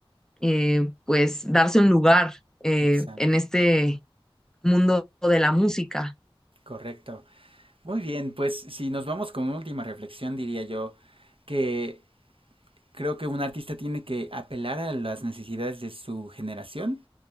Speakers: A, in the centre; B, on the right (about 65°).
A: eh, pues, darse un lugar eh,
B: Exacto.
A: en este mundo de la música.
B: Correcto. Muy bien, pues si nos vamos con una última reflexión, diría yo que creo que un artista tiene que apelar a las necesidades de su generación